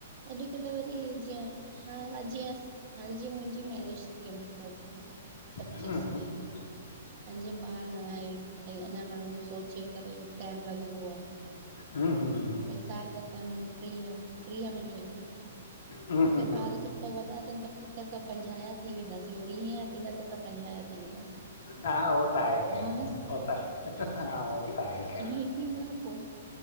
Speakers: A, on the right (about 40°); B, on the left (about 50°).
A: अॼुकल वरी जीअं हा जीअं, हाणे जीअं मुंजी मैरिज थी आ मतिलब न पचीस
B: हम्म हम्म
A: मे। एं जींअ ॿारु न हे भई अंञां माण्हूं सोचे करे टाइम लॻंदो आ।
B: हम्म -हम्म
A: भई साल, बसाल, मञों ट्रीह ट्री मंञीं, हलो छा
B: हम्म हम्म,
A: थे
B: हम्म,
A: ॿार जो त वॾा थियन त असां पंझा या थी वेंदासीं, हो वीहें जा थींदा त असां पंझा या थी वेंदासीं।
B: हा हो त आहे खैर,
A: हा
B: हो त हा हो त आहे खैर
A: ईये थींदा न पो।